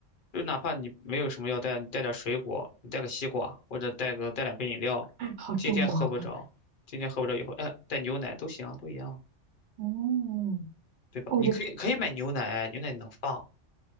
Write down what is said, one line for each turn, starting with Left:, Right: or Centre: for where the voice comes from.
Left: 就哪怕你没有什么要带，你带点儿水果，你带个西瓜，或者带个带两瓶饮料。
Right: <laughs> 好中国啊！
Left: 今天喝不着，今天喝不着以后，哎，带牛奶都行啊，都一样，
Right: 嗯，
Left: 对吧？
Right: 哦，
Left: 你可以可以买牛奶，
Right: 我觉得
Left: 牛奶能放